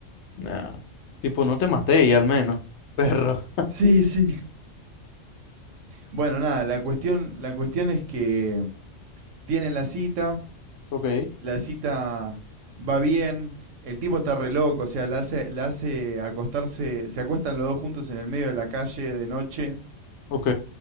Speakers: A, on the left; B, on the right.
A: no Tipo, no te maté y al menos, <laughs> perro.
B: Sí, sí. Bueno, nada, la cuestión, la cuestión es que tienen la cita,
A: Ok,
B: la cita va bien, el tipo está re loco, o sea, la hace, la hace acostarse, se acuestan los dos juntos en el medio de la calle de noche
A: ok,